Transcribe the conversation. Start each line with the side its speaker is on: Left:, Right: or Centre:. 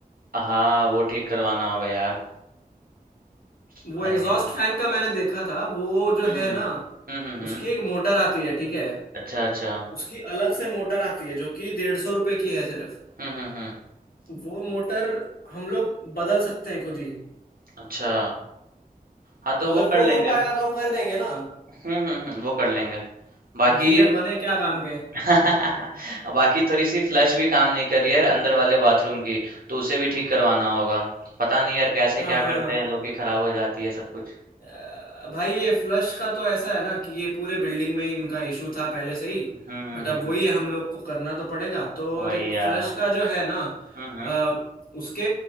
Right: हाँ, वो ठीक करवाना होगा यार।
Left: वो
Right: अरे
Left: एग्जॉस्ट
Right: यार।
Left: फैन का मैंने देखा था वो जो
Right: हुँ,
Left: है
Right: हुँ।
Left: ना
Right: हुँ, हुँ, हुँ।
Left: उसकी एक मोटर आती है ठीक है
Right: अच्छा, अच्छा।
Left: उसकी अलग से मोटर आती है जो कि डेढ़ सौ रुपए की है सिर्फ
Right: हुँ, हुँ, हुँ।
Left: वो मोटर हम लोग बदल सकते हैं खुद ही
Right: अच्छा। हाँ, तो
Left: तो अगर
Right: वो
Left: वो
Right: कर लेंगे।
Left: हो पाएगा तो हम कर देंगे ना
Right: हुँ, हुँ, हुँ। वो कर लेंगे। बाकी
Left: इंजीनियर बने क्या काम के
Right: <laughs> बाकी थोड़ी-सी फ्लश भी काम नहीं कर रही है यार अंदर वाले बाथरूम की, तो उसे भी ठीक करवाना होगा। पता नहीं यार कैसे
Left: हाँ
Right: क्या
Left: हाँ
Right: करते
Left: हाँ
Right: हैं लोग कि खराब हो जाती है सब कुछ।
Left: अ, भाई ये फ्लश का तो ऐसा है ना कि ये पूरे बिल्डिंग में इनका इशू था पहले से ही
Right: हुँ, हुँ,
Left: बट अब
Right: हुँ।
Left: वही है, हम लोग को करना तो पड़ेगा तो
Right: वही
Left: देख
Right: यार।
Left: फ्लश का जो है ना
Right: हुँ, हुँ।
Left: अ, उसके